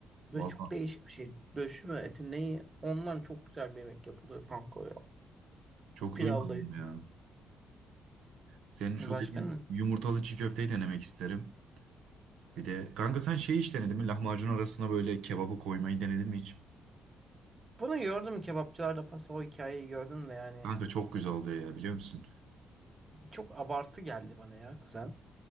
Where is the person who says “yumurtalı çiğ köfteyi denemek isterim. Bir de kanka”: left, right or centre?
Right